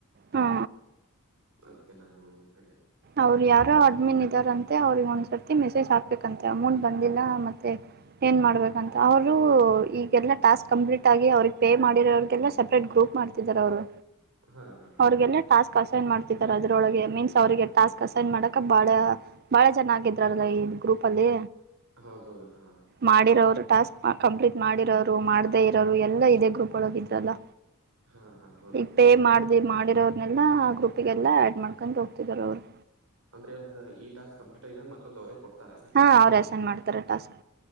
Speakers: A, on the right; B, on the right.
A: ಹಾ
B: ಅದಕ್ಕೆ ನಾನು ಏನು ಹೊಳ್ಳಿಲ್ಲ
A: ಅವ್ರು ಯಾರೋ ಅಡ್ಮಿನ್ ಇದ್ದಾರಂತೆ ಅವ್ರಿಗೆ ಒಂದ್ಸರ್ತಿ ಮೆಸೇಜ್ ಹಾಕ್ಬೇಕಂತೆ ಅಮೌಂಟ್ ಬಂದಿಲ್ಲ ಮತ್ತೆ ಏನ್ ಮಾಡ್ಬೇಕಂತ ಅವರು ಈಗೆಲ್ಲಾ ಟಾಸ್ಕ್ ಕಂಪ್ಲೀಟ್ ಆಗಿ ಅವ್ರಿಗೆ ಪೇ ಮಾಡಿರೋರಿಗೆಲ್ಲ ಸಪ್ರೇಟ್ ಗ್ರೂಪ್ ಮಾಡ್ತಾರೆ ಇದ್ದಿದ್ದಾರಾ ಅವರು
B: ಹಾ ಹಾಂ
A: ಅವ್ರರಿಗೆೇ ಟಾಸ್ಕ್ಸೈನ್ ಮಾಡ್ತಾರ ಅದ್ರೊಳಗೆ ಮೀನ್ಸ್ ಅವ್ರರಿಗೆ ಟಾಸ್ಕ್ ಅಸೈನ್ ಮಾಡಕ ಬಾಳ ಬಾಳ ಜನಾಗಿದ್ರಲ್ಲ ಈ ಗ್ರೂಪ್ ಅಲ್ಲಿ
B: ಹೌದ ಹೌದು ಹಾಂ
A: ಮಾಡಿರೋರು ಟಾಸ್ಕ್ ಕಂಪ್ಲೀಟ್ ಮಾಡಿರೋರು ಮಾಡ್ದೇ ಇರೋರು ಎಲ್ಲ ಇದೆ ಗ್ರೂಪ್ ಒಳಗ ಇದ್ರಲ್ಲ
B: ಹಾ ಹಾ ಹೌದು
A: ಈಗ ಪೇ ಮಾಡ್ದಿ ಮಾಡಿರೋರನೆೆಲ್ಲ ಆ ಗ್ರೂಪಿಗೆಲ್ಲಾ ಆಡ್ ಮಾಡ್ಕೊಂಡು ಹೋಗ್ತಿದಾರ ಅವ್ರರು
B: ಅಂದ್ರೆ ಇಗ ಈ ಟಾಸ್ಕ್ ಕಂಪ್ಲೀಟ್ ಐದೆ ಮತ್ತೊಂದ್ ಅವರೇ ಕೊಡ್ತಾರೆ
A: ಹ ಅವರುಸೈನ್ ಮಾಡ್ತಾರೆ ಟಾಸ್ಕ್